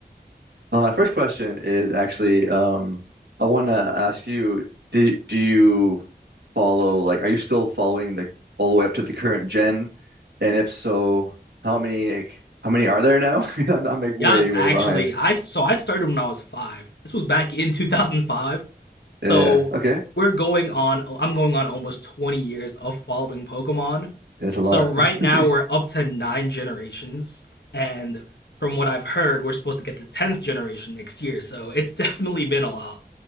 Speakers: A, on the right; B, on the left.
A: Uh, my first question is actually, um, I want to ask you, do do you follow like, are you still following the all the way up to the current gen? And if so, how many like how many are there now? <laughs> 'Cause I'm, I'm like way
B: Yes,
A: way
B: actually,
A: behind.
B: I so I started when I was five. This was back in 2005.
A: Yeah.
B: So
A: yeah. Okay.
B: we're going on I'm going on almost 20 years of following Pokemon.
A: That's a lot.
B: So right now
A: <laughs>
B: we're up to 9 generations and from what I've heard we're supposed to get the 10th generation next year. So it's <laughs> definitely been a lot.